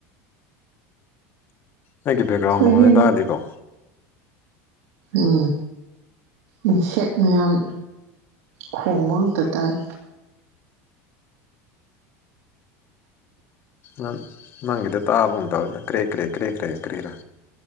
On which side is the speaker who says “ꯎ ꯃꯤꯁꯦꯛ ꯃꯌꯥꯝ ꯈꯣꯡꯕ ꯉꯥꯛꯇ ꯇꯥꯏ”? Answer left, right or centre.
Right